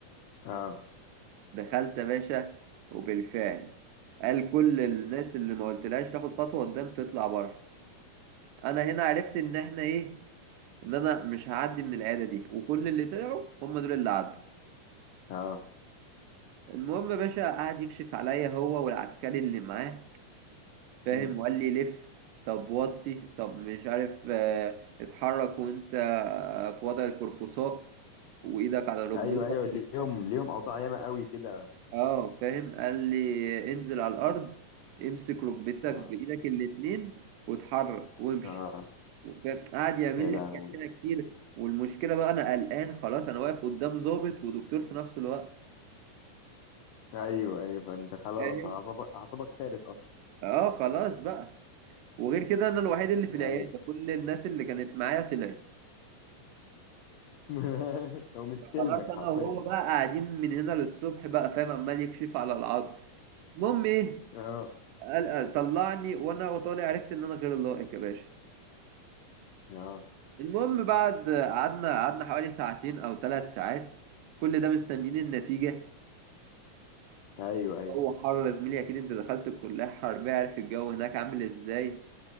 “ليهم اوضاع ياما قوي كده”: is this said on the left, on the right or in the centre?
Left